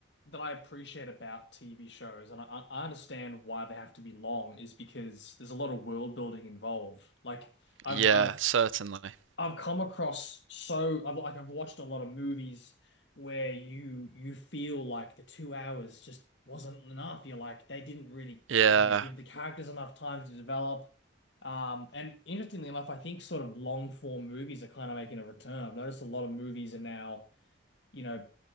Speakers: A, on the left; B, on the right.
A: that I appreciate about TV shows, and I, I understand why they have to be long, is because there's a lot of world building involved. Like I've
B: Yeah,
A: I've
B: certainly.
A: I've come across so I've like I've watched a lot of movies where you you feel like the two hours just wasn't enough. You're like they didn't really,
B: Yeah,
A: you know, give the characters enough time to develop. Um, and interestingly enough, I think sort of long form movies are kind of making a return. I've noticed a lot of movies are now you know,